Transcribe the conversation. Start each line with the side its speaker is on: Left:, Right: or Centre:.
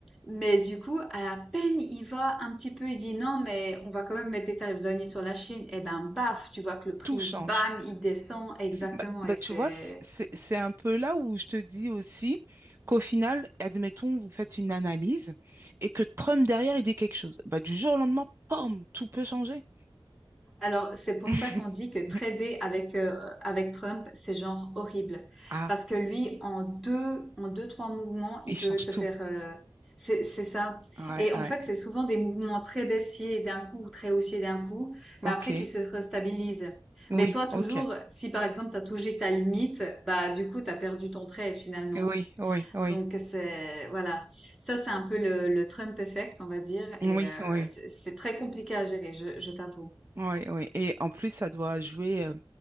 Centre: Mais du coup, à peine il va un petit peu, il dit non, mais on va quand même mettre des tarifs douaniers sur la Chine. Et ben, baf, tu vois que le prix,
Right: Tout change.
Centre: bam, il descend. Exactement.
Right: Bah, bah,
Centre: Et c'est,
Right: tu vois, c- c'est c'est un peu là où je te dis aussi qu'au final, admettons, vous faites une analyse et que Trump derrière, il dit quelque chose. Bah, du jour au lendemain, pom, tout peut changer.
Centre: Alors, c'est pour
Right: <laughs>
Centre: ça qu'on dit que trader avec, euh, avec Trump, c'est genre horrible.
Right: Ah,
Centre: Parce que lui, en deux, en deux, trois mouvements, il
Right: il
Centre: peut
Right: change
Centre: te
Right: tout.
Centre: faire... euh, c'est, c'est ça.
Right: Ouais,
Centre: Et en
Right: ouais.
Centre: fait, c'est souvent des mouvements très baissiers d'un coup ou très haussiers d'un coup, mais
Right: Ok.
Centre: après qui se restabilisent.
Right: Oui,
Centre: Mais toi, toujours,
Right: ok.
Centre: si par exemple, tu as touché ta limite, bah du coup, tu as perdu ton trade finalement.
Right: Oui, oui, oui.
Centre: Donc, c'est... Voilà. Ça, c'est un peu le, le Trump effect, on va dire.
Right: Oui,
Centre: Et euh,
Right: oui.
Centre: c'est c'est très compliqué à gérer, je, je t'avoue.
Right: Oui, oui. Et en plus, ça doit jouer euh,